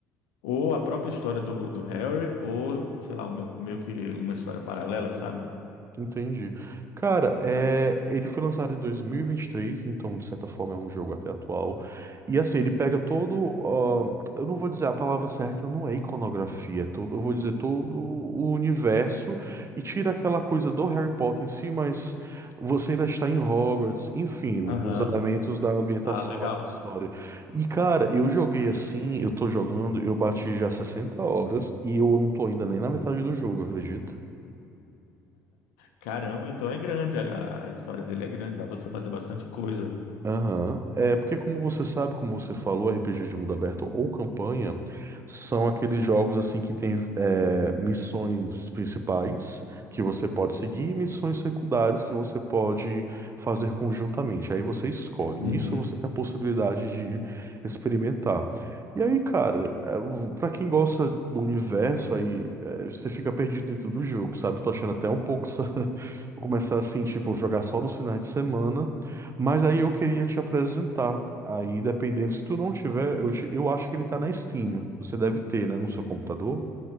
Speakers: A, on the left (about 75°); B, on the right (about 35°).
A: Ou a própria história do, do Harry, ou, sei lá, um- meio que uma história paralela, sabe?
B: Entendi. Cara, é, ele foi lançado em 2023, então de certa forma é um jogo até atual. E assim, ele pega todo, ah, eu não vou dizer a palavra certa, não é iconografia, é todo, eu vou dizer todo o universo e tira aquela coisa do Harry Potter em si, mas você ainda está em Hogwarts, enfim, no-
A: Aham.
B: nos elementos da ambientação
A: Ah, legal.
B: lá da história. E cara, eu joguei assim, eu tô jogando, eu bati já 60 horas e eu não tô ainda nem na metade do jogo, acredita?
A: Caramba, então é grande, a, a história dele é grande, dá pra você fazer bastante coisa.
B: Aham. É porque, como você sabe, como você falou, RPG de mundo aberto ou campanha são aqueles jogos assim que tem é, missões principais que você pode seguir e missões secundárias que você pode fazer conjuntamente. Aí você escolhe. Nisso
A: Uhum.
B: você tem a possibilidade de experimentar. E aí, cara, é, pra quem gosta do universo, aí é, você fica perdido dentro do jogo, sabe? Tô achando até um pouco. <laughs> Vou começar assim, tipo, jogar só nos finais de semana. Mas aí eu queria te apresentar. Aí, dependendo, se tu não tiver, eu, te- eu acho que ele tá na Steam. Você deve ter, né, no seu computador?